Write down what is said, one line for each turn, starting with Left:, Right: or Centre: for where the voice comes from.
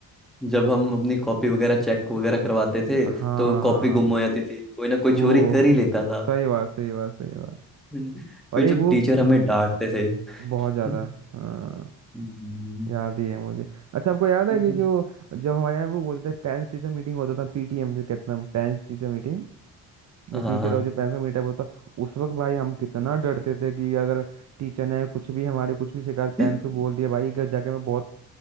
Centre: जब हम अपनी कॉपी वगैरह चेक वगैरह करवाते थे
Right: हाँ हाँ
Centre: तो
Right: हाँ
Centre: कॉपी
Right: हाँ, हाँ।
Centre: गुम हो जाती थी कोई ना कोई
Right: वो
Centre: चोरी कर ही लेता था
Right: सही
Centre: <laughs>
Right: बात सही बात सही बात
Centre: हम्म,
Right: और
Centre: फिर
Right: एक
Centre: जब
Right: वो
Centre: टीचर हमें डांटते थे <laughs>
Right: बहुत ज्यादा हाँ
Centre: हम्म,
Right: याद ही है मुझे अच्छा आपको याद है
Centre: <laughs>
Right: कि जो जब हमारे यहाँ वो बोलते थे पेरेंट्स टीचर मीटिंग होता था पीटीएम जो कहते हैं पेरेंट्स टीचर मीटिंग
Centre: हाँ
Right: जो टीचर और जो पेरेंट्स का मीटअप होता उस वक्त भाई हम कितना डरते थे कि अगर टीचर ने कुछ भी हमारे कुछ भी शिकायत
Centre: <laughs>
Right: पेरेंट्स को बोल दिया भाई घर जाके हमें बहुत